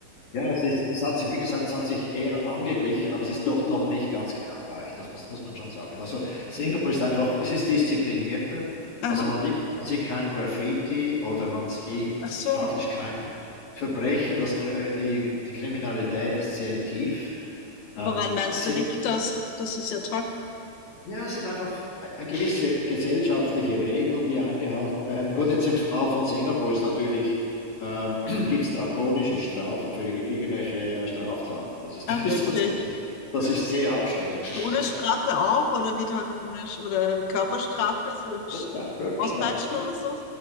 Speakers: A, on the left; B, on the left.
A: ja, es ist, es hat sich, wie gesagt, es hat sich eher angeglichen, aber es ist
B: Mhm.
A: doch noch nicht ganz genau gleich. Das muss, muss man schon sagen. Also Singapur ist einfach, es ist disziplinierter.
B: Aha.
A: Also man, wie- man sieht kein Graffiti oder man sieht
B: Ach so.
A: praktisch keine Verbrechen. Das, Kr- äh, die, die Kriminalität ist sehr tief. Ähm,
B: Woran meinst
A: sind
B: du, liegt das? Das ist ja toll.
A: Ja, es sind einfach äh, gewisse gesellschaftliche Regeln, die eingehalten werden. Gut, jetzt im Fall von Singapur ist natürlich, ähm, <clears throat> gibt es drakonische Strafen für irgendwelche äh, Straftaten. Das ist,
B: Ach,
A: <laughs> das
B: wirklich.
A: ist, dann so- das ist sehr abschreckend,
B: Todesstrafe
A: muss ich sagen.
B: auch oder wie drakonisch oder Körperstrafe, so irgendwie Sch-
A: Ja, Körperstrafe
B: auspeitschen
A: gibt.
B: oder so.